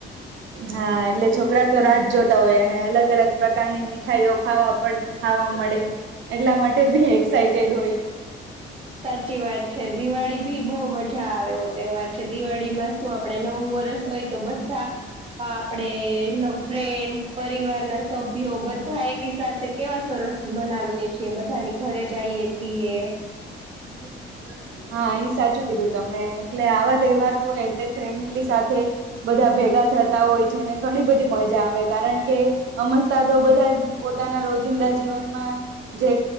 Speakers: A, on the right; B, on the right.
A: હા એટલે છોકરા તો રાત જોતા હોય અને અલગ અલગ પ્રકારની મીઠાઈઓ ખાવાડ ખા એટલા માટે બી એટેડ હોય
B: સાચી વાત છે દિવાળી ભી બહુ મજા આવે એ તહેવાર છે દિવાળી માં શું આપડ નવું વરસ હોય તો બધા આપણેે ન ફ્રેન્ડસ પરિવાર ના સભ્યો બધા એકી સાથે કેવા સરસ મ બનાવીએ છીએ બધાની ઘરે જઈએ છીએ
A: હમ હા એ સાચું કીધું તમે એટલે આવા તહેવારો એટલે ફેમિલી સાથે બધા ભ થતા હોય છેને ઘણી બધી મજા આવે કારણ કે અમસ્તા તો બધા પોતાના રોજી જીવનમાં જે